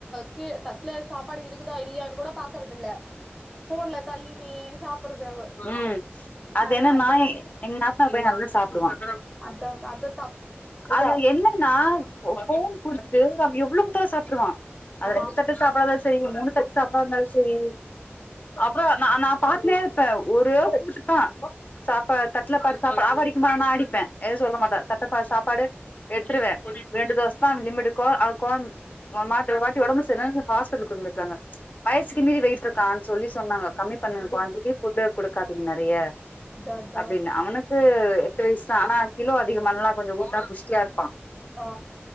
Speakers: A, in the centre; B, on the left (about 40°).
A: கீழே தட் தட்ல சாப்பாடு இருக்குதா இல்லையான்னு கூட பாக்கறது இல்ல போன்ல தள்ளினே சாப்பறது அவ
B: ம் அது
A: அந்த
B: என்னன்னா
A: மாதிரி
B: எங்க நாத்தனாரா பைய நல்லா சாப்டுவான்
A: அது அது தா
B: அது என்னன்னா போன் குடுத்துட்டு அவ எவ்ளோ குடுத்தாலு சாப்டாருவான் அது
A: ஆ
B: ரெண்டு தட்டு சாப்பாடா சரி மூணு தட்டு சாப்பாடா இருந்தாலு சரி அப்பறம் ந நான் பாத்துனே இருப்பே ஒரே கூட்டுத்தா சாப்ப தட்டல பாரு சாப்படு <unintelligible> சும்மா நா அடிப்பே எதுவுமே சொல்ல மாட்டே தட்ட பாத்து சாப் சாப்பாடு எடுத்துருவே ரெண்டு தோச தா லிமிட்டு கோ அவ கோ ஒரு மாட்டி ஒரு வாட்டி ஒடம்பு சரிலனு ஹாஸ்பிடலு கூட்டுபோய்ருக்காங்க வயசுக்கு மீறி வெயிட் இருக்கான்னு சொல்லி சொன்னாங்க கம்மி பண்ணுங்க குவான்ட்டி ஃபுட்டே குடுக்காதீங்க நெறய
A: அதா அதா
B: அப்டின்னு அவனுக்கு எட்டு வயசு தா ஆனா கிலோ அதிகமானல்ல கொஞ்சோ குண்டா புஷ்டியா இருப்பா
A: ஆ